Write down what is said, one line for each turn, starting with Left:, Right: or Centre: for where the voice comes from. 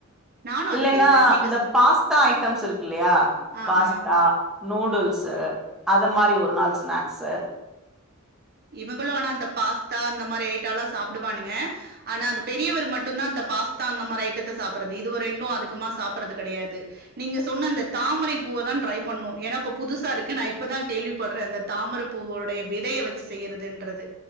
Right: நானும்
Centre: இல்லேனா
Right: அது செய்வேன். நீங்க
Centre: இந்த
Right: சொ
Centre: பாஸ்தா ஐட்டம்ஸ் இருக்கில்லயா
Right: ஆ,
Centre: பாஸ்தா
Right: ஆ.
Centre: நூடுல்ஸ்ஸு
Right: ம்.
Centre: அத மாரி ஒரு நாள் ஸ்நாக்ஸ்ஸு
Right: இவங்களு ஆனா அந்தப் பாஸ்தா இந்த மாரி ஐட்டலா சாப்டுவானுங்க ஆனா அந்தப் பெரியவர் மட்டுந்தா அந்தப் பாஸ்தா அந்த மாரி ஐட்டத்த சாப்பறது இதுவ ரெண்டு அதுகமா சாப்பறது கெடையாது நீங்க சொன்ன அந்தத் தாமரைப் பூவதா ட்ரைப் பண்ணு எனா இப்ப புதுசா இருக்கு நா இப்பதாங் கேள்விப்பட்றே அந்தத் தாமரப் பூவோடைய விதைய வச்சு செய்யிறதுன்றது